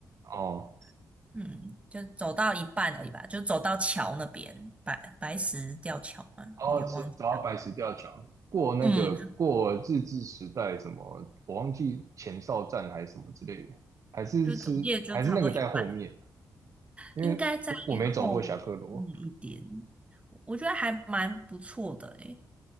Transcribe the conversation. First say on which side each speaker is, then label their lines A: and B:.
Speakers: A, on the right; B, on the right.
A: 哦
B: <laughs> 嗯，就走到一半而已吧，就走到桥那边，白白石吊桥嘛，
A: 哦走走到白石吊桥，
B: 有点忘记
A: 过那个过日治时代什么，
B: 嗯，
A: 我忘记前哨站还是什么之类的，还是是还是那个在后面，
B: 就总计也就差不多一半，
A: 因为我我没走过侠客罗。
B: 应该在后面一点。我觉得还蛮不错的诶，